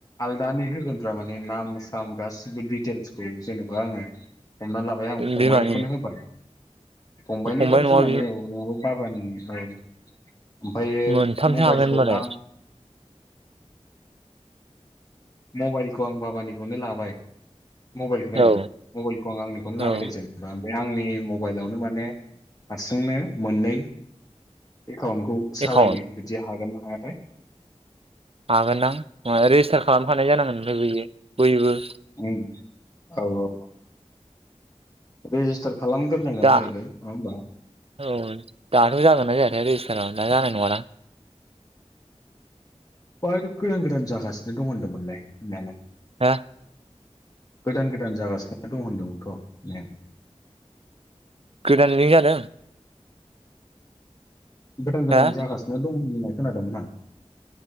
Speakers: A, on the left; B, on the right.
A: आलदानि होगोनब्रा मानि नाम साम गासिबो दिडिटेल्सखौ जेनेबा आङो हमना लाबाय आं फंबायाइनिखौनो
B: बिमानि
A: होबाय फंबायनिबो
B: फंबाय
A: बिमानि
B: नङा
A: औ नङाबो बाबानि औ ओमफायो
B: मोनथामसो
A: मबाइलखौ
B: हागोन होनबालाय
A: आं मबाइलखौ आं बाबानिखौनो लाबाय मबाइलखौ
B: औ
A: मबाइलखौ आं आंनिखौनो लाबायदे
B: औ
A: जेनेबा <unintelligible> आंनि मबाइलावनो माने हारसिंनो मोननै एकाउन्टखौ सालायनो
B: एकाउन्ट
A: बिदि हागोन ना हायाथाय?
B: हागोनदां रेजिस्टार खालामखानाय जानांगोन ओमफ्राय बयो बयबो
A: ओम औ औ रेजिस्टार खालामग्रोनांगोन
B: दा
A: जाहैबाय नङा होमबा
B: औ दाथ' जागोना जायाथाय रेजिस्टारा दा जानाय नङादां
A: <unintelligible> गोदान गोदान जागासिनो दं होनदोंमोनलाय होननायालाय।
B: हा
A: गोदान गोदान जागासिनो दं होनदोंमोनथ' <unintelligible>
B: गोदाननै जादों
A: गोदान गोदान
B: हा
A: जागासिनो दं होननाय खोनादोंमोन आं